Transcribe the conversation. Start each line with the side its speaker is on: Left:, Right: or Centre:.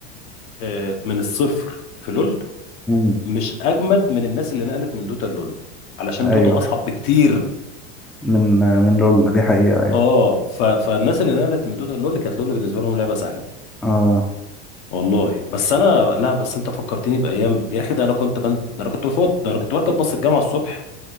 Left: آه من الصفر في لول
Centre: امم
Left: مش أجمد من الناس اللي نقلت من دوتا لول علشان
Centre: ايوه
Left: دوتا أصعب بكتير
Centre: من من لول دي حقيقة ايوه
Left: اه ف... فالناس اللي نقلت من دوتا لول كانت لول بالنسبة لهم لعبة سهلة
Centre: اه
Left: والله بس انا لا بس انت فكرتني بايام يا اخي ده انا كنت بن... ده انا كنت بفوت ده انا كنت بركب باص الجامعه الصبح